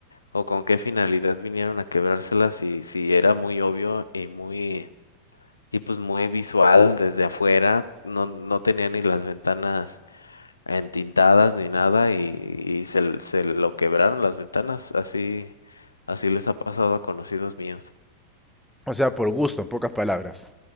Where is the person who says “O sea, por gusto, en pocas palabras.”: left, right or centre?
Centre